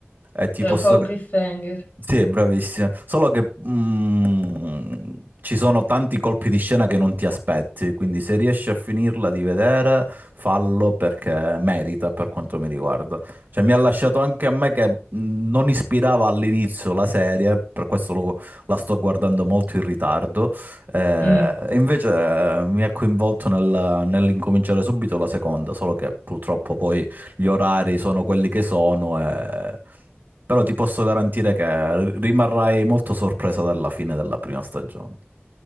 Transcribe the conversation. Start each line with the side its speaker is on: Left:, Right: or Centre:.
Right: E ti
Left: è
Right: posso...
Left: un po' un cliffhanger.
Right: Sì, è bravissima. Solo che mm, ci sono tanti colpi di scena che non ti aspetti, quindi se riesci a finirla di vedere, fallo perché merita per quanto mi riguarda. Cioè, mi ha lasciato anche a me che mm, non ispirava all'inizio la serie, per questo lo- la sto guardando molto in ritardo. eh,
Left: Mm.
Right: e invece eh, mi ha coinvolto nel- nell'incominciare subito la seconda, solo che purtroppo poi gli orari sono quelli che sono, e- però ti posso garantire che rimarrai molto sorpresa dalla fine della prima stagione.